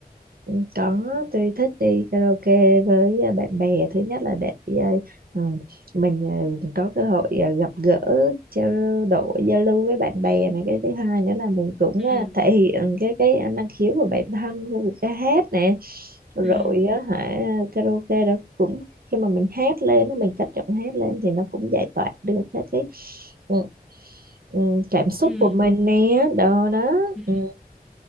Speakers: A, on the right (about 65°); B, in the centre.
A: Ừ, Có, tôi thích đi karaoke với à, bạn bè thứ nhất là để à, ừ, mình à, có cơ hội à, gặp gỡ trao đổi giao lưu với bạn bè này cái thứ hai nữa là mình cũng
B: ừ
A: à, thể hiện cái cái năng khiếu của bản thân với việc ca hát nè rồi
B: ừ
A: á hả karaoke đó cũng khi mà mình hát lên á, mình cất giọng hát lên thì nó cũng giải tỏa được các cái ừ, ừ, cảm xúc
B: ừ
A: của mình nè đó đó
B: ừ
A: ừ,